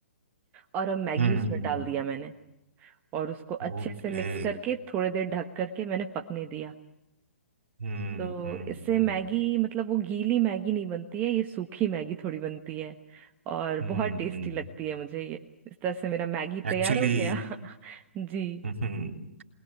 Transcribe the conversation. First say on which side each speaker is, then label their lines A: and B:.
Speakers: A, on the right; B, on the right.
A: और अब मैगी
B: हम्म,
A: उसमें
B: हम्म,
A: डाल दिया मैंने और उसको अच्छे
B: ओके
A: से मिक्स करके थोड़ी देर ढक करके मैंने पकने दिया
B: हम्म
A: तो
B: हम्म
A: इससे
B: हम्म
A: मैगी मतलब वो गीली मैगी नहीं बनती है ये सूखी मैगी थोड़ी बनती है और
B: हम्म
A: बहुत टेस्टी
B: हम्म
A: लगती है मुझे ये इस तरह से मेरा मैगी तैयार
B: एक्चुअली
A: हो गया <laughs> जी
B: हम्म